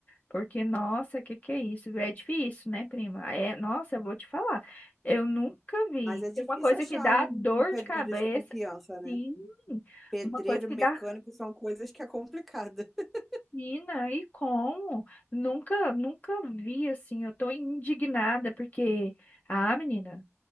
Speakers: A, on the left; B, in the centre.
A: porque nossa, que que é isso? É difícil, né, prima? É, nossa, eu vou te falar. Eu nunca vi.
B: Mas é difícil
A: Tem uma coisa
B: achar
A: que dá
B: um,
A: dor
B: um pedreiro
A: de cabeça,
B: de confiança, né?
A: sim.
B: Pedreiro,
A: Uma coisa que
B: mecânico
A: dá
B: são coisas que é complicada. <laughs>
A: mina e como? Nunca, nunca vi assim. Eu tô indignada porque ah, menina